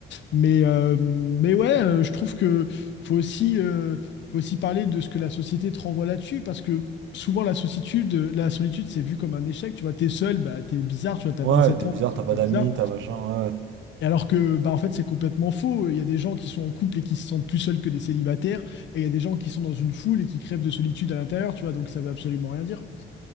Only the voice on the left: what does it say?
Mais, euh, mais ouais, euh, je trouve que faut aussi, euh, faut aussi parler de ce que la société te renvoie là-dessus, parce que souvent la solitude, la solitude, c'est vu comme un échec. Tu vois, t'es seul, bah t'es bizarre, tu vois, t'as
vingt sept
ans,
t'es seul,
t'es
bizarre.
Et alors que, bah en fait, c'est complètement faux. Il y a des gens qui sont en couple et qui se sentent plus seuls que des célibataires, et il y a des gens qui sont dans une foule et qui crèvent de solitude à l'intérieur, tu vois, donc ça veut absolument rien dire.